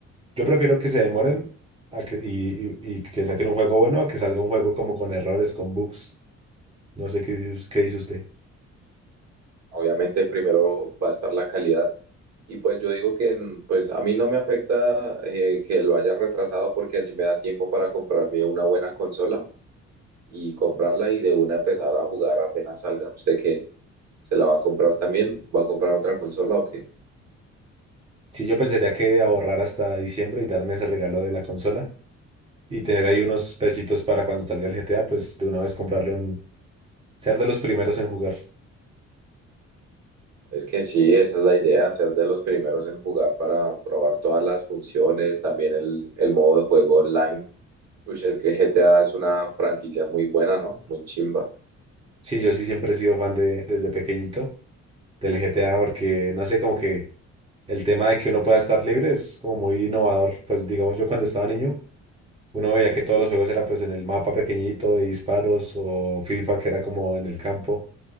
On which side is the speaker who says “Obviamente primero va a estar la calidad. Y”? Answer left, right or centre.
Right